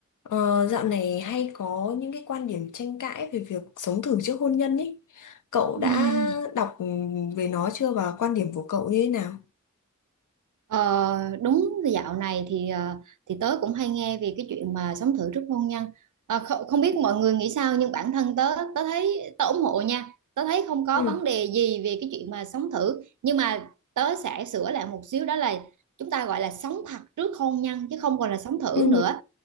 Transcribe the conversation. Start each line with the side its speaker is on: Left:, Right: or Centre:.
Left: Ờ, dạo này hay có những cái quan điểm tranh cãi về việc sống thử trước hôn nhân ý. Cậu
Right: Ừ.
Left: đã đọc về nó chưa và quan điểm của cậu như thế nào?
Right: Ờ, đúng dạo này thì ờ, thì tớ cũng hay nghe về cái chuyện mà sống thử trước hôn nhân Ờ, không, không biết mọi người nghĩ sao nhưng bản thân tớ tớ thấy tớ ủng hộ nha tớ thấy không có
Left: Ừ,
Right: vấn đề gì về cái chuyện mà sống thử nhưng mà tớ sẽ sửa lại một xíu đó là chúng ta gọi là sống thật trước hôn nhân chứ không còn là sống thử
Left: Ừ,
Right: nữa